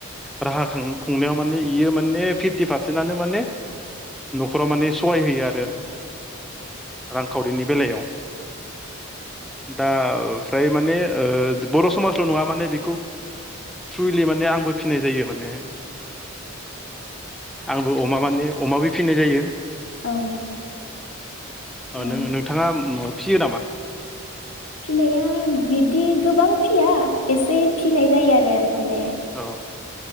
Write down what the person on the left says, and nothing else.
औ औ
औ
फिसिनाया बिब्दि गोबां फिया एसे फिसिनाय जायो आरो। माने